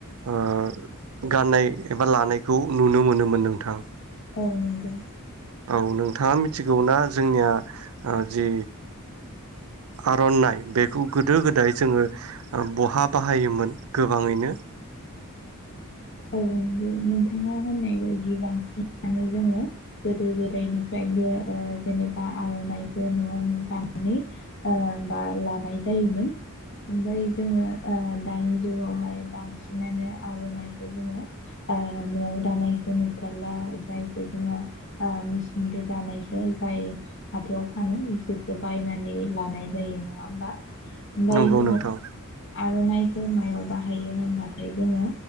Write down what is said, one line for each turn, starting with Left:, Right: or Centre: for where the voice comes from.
Right: ओ गाननाय एबा लानायखौ नुनो मोनोमोन नोंथां।
Left: औ नोंगौ।
Right: औ नोंथाङा मिथिगौना जोंनिया जि आरनाइ बेखौ गोदो गोदाय जोङो बहा बाहायोमोन गोबाङैनो?
Left: औ नोंगौ नोंथाङा होननाय बायदि बांसिनानो जोङो गोदो गोदायनिफ्रायनो ओ जेनेबा आरनाइखौ नआवनो दानानै बा लानाय जायोमोन। ओमफ्राय जोङो दानि जुगावहाय बांसिनानो आरनाइ जोङो ओ नआव दानायखौ नुथारला जायखौ जोङो मेचिनजों दानायखौ जाय हाथायाव फानो बेखौसो बायनानै लानाय जायो नङा होमबा। ओमफ्राय
Right: नंगौ
Left: जोङो
Right: नोंथां।
Left: आरनाइखौ मायाव बाहायो होनबाथाय जोङो।